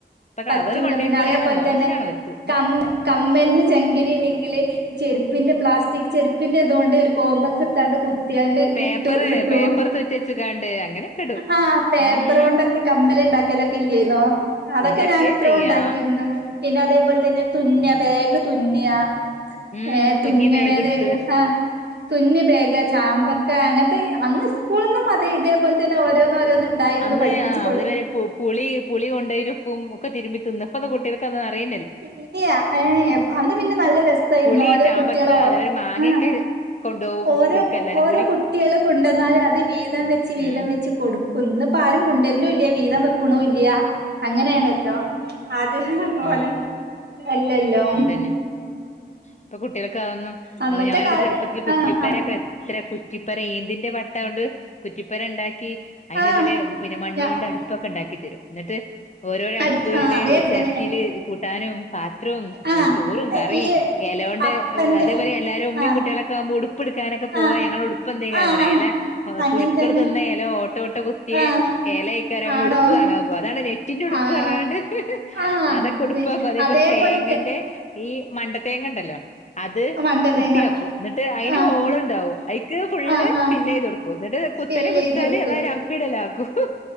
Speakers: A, on the left (about 40°); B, on the right (about 65°).
A: ഇപ്പൊ
B: പറ്റൂല
A: കവറ് കൊണ്ടേക്കോളി
B: പിന്നെ അതേപോലെ
A: പറഞ്ഞ മോശാണ്
B: തന്നെ
A: ഓര്ക്ക്
B: കമ്മ കമ്മലിന് ചെങ്കിരി ഇല്ലെങ്കില് ചെരുപ്പ പിന്നെ പ്ലാസ്റ്റിക് ചെരുപ്പ് പിന്നെ അതുകൊണ്ട് ഒരു കോംമ്പസ് എടുത്താണ്ട് കുത്തിയാണ്ട്
A: പേപ്പറ്
B: ഇട്ടു ഇട്ടു
A: പേപ്പർ തുറ്റച്ചക്കാണ്ട് അങ്ങനെയൊക്കെ ഇടും
B: ആ പേപ്പറ്
A: ഉം
B: കൊണ്ടൊക്കെ കമ്മല് ഉണ്ടാക്കിയലൊക്കെ ഇല്ലാരുന്നോ അതൊക്കെ
A: എന്തൊക്കെ
B: ഞാൻ എത്രോ
A: ചെയ്യാ
B: ഉണ്ടാക്കിയിരുന്നു, പിന്നെ അതേപോലെ തന്നെ തുന്ന ബേഗ് തുന്നിയ
A: ഉം
B: ഏ
A: തുന്നിയ
B: തുന്നണേത്
A: ബാഗ് എടുത്ത്
B: ആ തുന്നി ബേഗ് ചാമ്പക്ക അന്ന് ഉസ്കൂളിന്നും അതേ ഇതേപോലെ തന്നെഓരോന്ന് ഓരോന്ന് ഉണ്ടായിരുന്നു
A: അന്ന്
B: പഠിപ്പിച്ചു കൊ
A: അതിനൊരു പുളി, പുളി കൊണ്ടരു ഉപ്പും ഒക്കെ തിരുമ്മി തിന്ന് ഇപ്പത്തെ കുട്ടികൾക്ക് അത് അറിയ
B: ഇല്ല, അന്ന് പിന്നെ നല്ല രസായിരുന്നു
A: പുളി
B: ഓരോ
A: ചാമ്പക്ക
B: കുട്ടികളും
A: അതേപോലെ മാങ്ങയൊക്കെ
B: ഓ
A: കൊണ്ടോവും
B: ഓരോ
A: സ്കൂൾക്ക് എല്ലാരും
B: ഓരോ
A: കൂടി
B: കുട്ടികള് കൊണ്ടന്നാലും അത് വീതം വെച്ച് വീതം
A: ഉം
B: വെച്ച് കൊ കൊടുക്കുന്ന്പ്പ ആരും കൊണ്ടുവരുന്നല്ല വീതം വെക്കണ ഇല്ല അങ്ങനെയാണല്ലോ ആദ്യ പോലെ
A: ഉം
B: എല്ലല്ലോ
A: അതന്നെ ഇപ്പൊ കുട്ടികൾക്കെ ആകുന്നു
B: അന്നത്തെ
A: ഞാനൊക്കെ
B: കാല
A: ചെറുപ്പത്തിൽ കുറ്റിപ്പാരൊക്കെ
B: ആഹ്
A: ഇത്ര കുറ്റിപ്പരം ഈന്തിൻന്റെ പട്ട കൊണ്ട് കുറ്റിപ്പരം ഉണ്ടാക്കി ക്കി അതിന്റെ
B: ആഹ്
A: ഉള്ളില് പിന്നെ മണ്ണു
B: ഞാ
A: കൊണ്ട് അടുപ്പൊക്കെ ഉണ്ടാക്കി തരും എന്നിട്ട് ഓരോരോ അടുപ്പില്
B: അടു ആഹ് അതേ
A: ചെര
B: തന്നെ
A: റ്റിൽ
B: ഞാ
A: കൂട്ടാനും പാത്രവും
B: ആഹ്
A: ചോറും
B: ആഹ്
A: കറിയും
B: ഈ
A: ഇലകൊണ്ട്
B: അപ്പന്റെ
A: അതേപോലെ എല്ലരും അമ്മയു
B: ആഹ്
A: കുട്ടിക ളകമ്പോൾ ഉടു ഉപ്പ്ടുക്കാനൊക്കെ പോവാ
B: ആഹ്
A: ഞങ്ങള ഉപ്പ എന്തൊക്കാറയാ
B: ആഹ് ആഹ്
A: എല്ല
B: അങ്ങനെ
A: പുഴുക്കൾ
B: തന്നെ
A: തിന്ന എല ഓട്ടോ ഓട്ടോ കുത്തിയേ
B: ആഹ്
A: ഏലയക്കാര അങ്ങെ
B: ആണോ
A: ഉടുപ്പ് വാങ്ങാൻ പോ അതാണ് നെറ്റിന്റെ ഉടുപ്പ്
B: ആഹ്
A: പറങ്ങാണ്ട്
B: ആഹ്
A: അതൊക്കെ ഉടുപ്പവാക്കും
B: തെ
A: അതേപോലെ
B: അതേപോൽത്തെ
A: തേങ്ങന്റെ ഈ മണ്ട തേങ്ങ ഉണ്ടല്ലോ അത്
B: മണ്ട
A: കുട്ടിയക്കൂ
B: തേങ്ങ
A: എന്നിട്ട് അതിന്
B: ആഹ്
A: ഹോള് ഉണ്ടാവും അയിക്ക് ഫുള്ള്
B: ആഹ് ആഹ്
A: ഫില് ചെയ്ത് കൊടുക്കൂ എന്നട്ട് ട്ട് കുത്തനെ
B: സ്പില്ലെയ്തൊട്ക്കും
A: പിടിച്ചാല് അതായ ഒരു അപ്പിടല ആകും